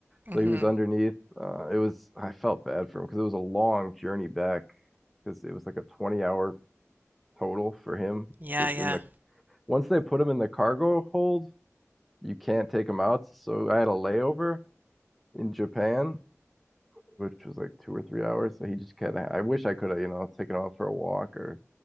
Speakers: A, on the right; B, in the centre.
A: Mm-hmm.
B: So he was underneath. Uh, it was. I felt bad for him because it was a long journey back. because it was like a 20 hour total for him
A: Yeah,
B: just
A: yeah.
B: in the once they put him in the cargo hold you can't take him out so i had a layover in japan which was like two or three hours so he just kind of i wish i could have you know taken off for a walk or